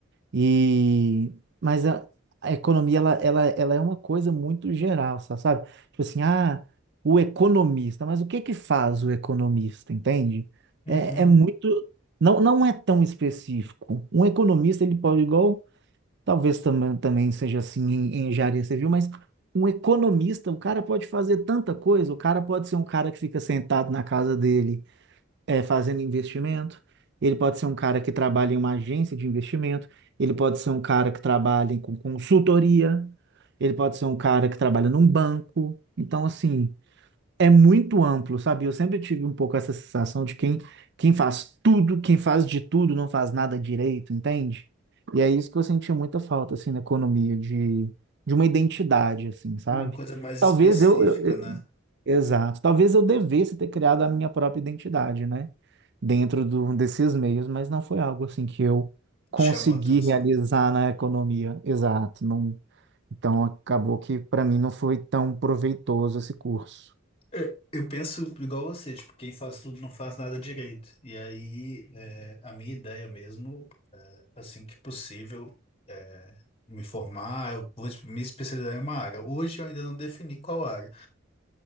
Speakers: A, on the right; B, on the left.
A: E mas a, a economia ela, ela, ela é uma coisa muito geral, sa- sabe? Tipo assim, ah, o economista, mas o que que faz o economista, entende?
B: Uhum.
A: É, é muito não, não é tão específico. Um economista ele pode igual, talvez também também seja assim em, em engenharia civil, mas um economista, o cara pode fazer tanta coisa, o cara pode ser um cara que fica sentado na casa dele é, fazendo investimento, ele pode ser um cara que trabalha em uma agência de investimento, ele pode ser um cara que trabalha com consultoria, ele pode ser um cara que trabalha num banco. Então, assim, é muito amplo, sabe? Eu sempre tive um pouco essa sensação de quem, quem faz tudo, quem faz de tudo, não faz nada direito, entende? E é isso que eu senti muita falta, assim, na economia, de, de uma identidade, assim, sabe?
B: Uma coisa mais
A: Talvez
B: específica,
A: eu, eu,
B: né?
A: Exato. Talvez eu devesse ter criado a minha própria identidade, né? Dentro do, desses meios, mas não foi algo assim que eu consegui
B: Te chamou a atenção.
A: realizar na economia. Exato. Não, então acabou que para mim não foi tão proveitoso esse curso.
B: É, Eu penso igual você, tipo, quem faz tudo não faz nada direito. E aí, é, a minha ideia mesmo. assim que possível, é, me formar, eu vou me especializar em uma área. Hoje eu ainda não defini qual área.